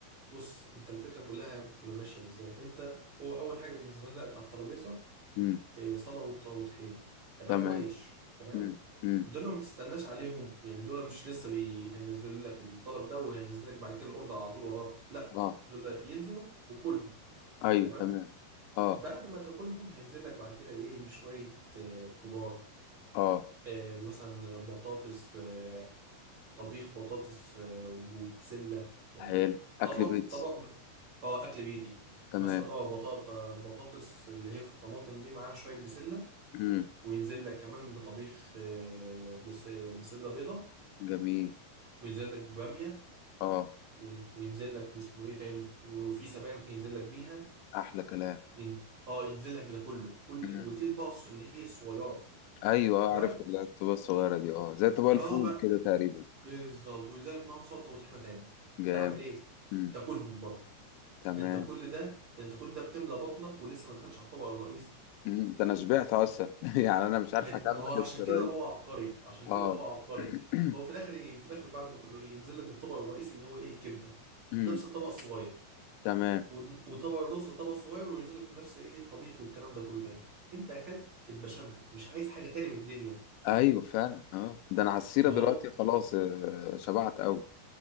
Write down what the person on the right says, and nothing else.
بص انت الفكره كلها بتبقى ماشيه ازاي انت هو اول حاجه بينزلها لك على الترابيزه
إيه، صلاه وط- وطحينه تمام
وعيش تمام
دول ما تستناش عليهم يعني دول مش لسه بي... هينزل لك الطلب ده وهينزل لك بعد كده الاوردر على طول وراه لا
دول ينزلوا وكلهم
تمام
بعد ما تاكلهم هينزل لك بعد كده ايه بشويه آه، خضار
آه، مثلا بطاطس آه، طبيخ بطاطس آه، وبسلة يعني
طبق
طبق ب- اه اكل بيتي
مثلا اه بطاطا بطاطس اللي هي في الطماطم دي معاها شوية بسلة
وينزل لك كمان بطبيخ آه، بس- بسلة بيضة
وينزل لك ببامية
وي- وينزل لك باسمه ايه تاني وفي سبانخ ينزل لك بيها
ين- اه ينزل لك بده كله كل
ودي اطباق الص- اللي هي الصغيرة
بقى
اه
بقى
بالظبط وينزل لك معاهم سلطة وطحينة تاني
تعمل ايه؟
تاكلهم برضه
انت كل ده انت كل ده بتملى بطنك ولسه ما دخلتش على الطبق الرئيسي
ما هي دي-
ما هو عشان
كده هو عبقري عشان
كده هو عبقري
هو في الاخر ايه في الاخر بعد ده كله ايه ينزل لك بالطبق الرئيسي اللي هو ايه الكبده
نفس الطبق الصغير
ود- وطبق الرز طبق صغير وينزل لك نفس ايه الطبيخ والكلام ده كله تاني انت اكلت البشاميل انت مش عايز حاجه تاني من الدنيا
فهو